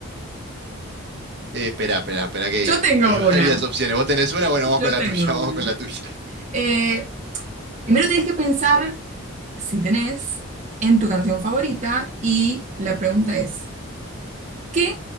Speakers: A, on the right (about 50°); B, on the right (about 35°).
A: eh, Espera, espera, espera, que
B: Yo tengo
A: hay, hay <laughs>
B: una,
A: varias opciones. ¿Vos tenés una? Bueno,
B: yo
A: vamos con la
B: tengo
A: tuya, <laughs> vamos
B: una.
A: con la tuya.
B: Eh, primero tenés que pensar, si tenés, en tu canción favorita y la pregunta es... ¿Qué